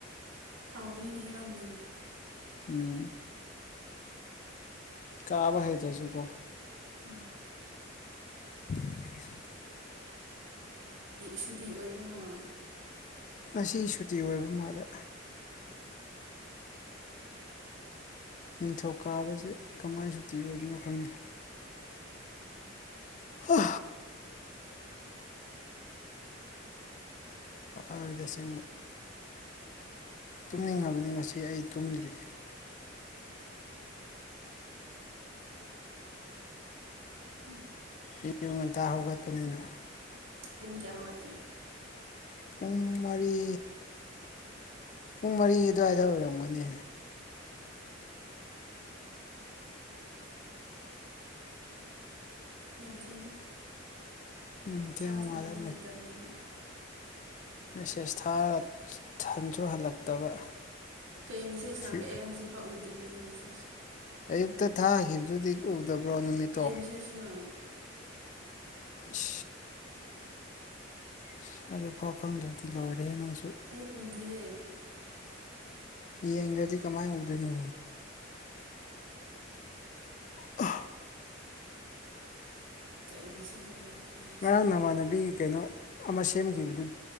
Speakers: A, on the right; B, on the left.
A: ꯍꯥꯎꯕꯅꯤꯅ ꯍꯦꯜꯔꯝꯅꯤꯅꯦ
B: ꯎꯝ ꯀꯕ ꯍ ꯇꯁꯨ ꯀꯣ
A: ꯎꯝ
B: <unintelligible>
A: ꯁꯨꯇꯤ ꯑꯣꯏꯕ꯭ꯔꯃꯣ
B: ꯉꯁꯤ ꯁꯨꯇꯤ ꯑꯣꯏꯕ ꯃꯥꯗ ꯅꯤꯡꯊꯧ ꯀꯥꯕꯁꯦ ꯀꯃꯥꯏꯅ ꯁꯨꯇꯤ ꯑꯣꯏꯕꯅꯣ ꯈꯪꯗꯦ ꯍ ꯑꯗꯤꯁ ꯇꯨꯝꯅꯤꯡꯉꯕꯅꯤ ꯉꯁꯤ ꯑꯩ ꯇꯨꯝꯗ꯭ꯔꯤ
A: ꯎꯝ
B: ꯑꯌꯨ ꯉꯟꯇꯥ ꯍꯧꯒꯠꯄꯅꯤꯅ
A: ꯄꯨꯡ ꯀꯌꯥ ꯍꯧꯋꯥꯔꯀꯦ
B: ꯄꯨꯡ ꯃꯔꯤ ꯄꯨꯡ ꯃꯔꯤ ꯑꯗꯨꯋꯥꯏꯗ ꯑꯣꯏꯔꯝꯒꯅꯤ
A: ꯊꯦꯡꯅ
B: ꯎꯝ ꯊꯦꯡꯕ
A: ꯆꯥꯛ ꯊꯣꯡꯅꯤꯡꯉꯥꯏ
B: ꯃꯥꯜꯂꯦ
A: ꯂꯩꯇꯕꯅꯤꯅ
B: ꯃꯦꯁꯦꯖ ꯊꯥꯔꯒ ꯊꯟꯁꯨ ꯍꯜꯂꯛꯇꯕ
A: ꯀꯩ ꯃꯦꯁꯦꯖ
B: ꯁꯤ
A: ꯂꯥꯛꯀꯦ ꯑꯦ ꯍꯧꯖꯤꯛ ꯐꯛꯎꯗ꯭ꯦ ꯅꯪꯒꯤ ꯃꯦꯁꯦꯖ
B: ꯑꯌꯨꯛꯇ ꯊꯥꯈꯤꯕꯗꯨꯗꯤ ꯎꯗꯕ꯭ꯔꯣ ꯅꯨꯃꯤꯠꯇꯣ
A: ꯀꯩ ꯃꯦꯁꯦꯖꯅꯣ
B: ꯍ ꯑꯁ ꯑꯗꯨꯐꯥꯎ ꯈꯪꯗ꯭ꯔꯗꯤ ꯂꯣꯏꯔꯦ ꯅꯪ
A: ꯑꯩ ꯎꯗꯤꯍꯦ
B: ꯌꯦꯡꯗ꯭ꯔꯗꯤ ꯀꯃꯥꯏꯅ ꯎꯗꯣꯏꯅꯣ ꯑ
A: ꯀꯩ ꯃꯦꯁꯦꯖ ꯑꯣꯏꯖꯥꯠꯅꯣ ꯅꯪꯒꯤꯁꯤꯕꯣ
B: ꯉꯔꯥꯡ ꯅꯃꯥꯟꯅꯕꯤꯒꯤ ꯀꯩꯅꯣ ꯑꯃ ꯁꯦꯝꯈꯤꯕꯗꯨ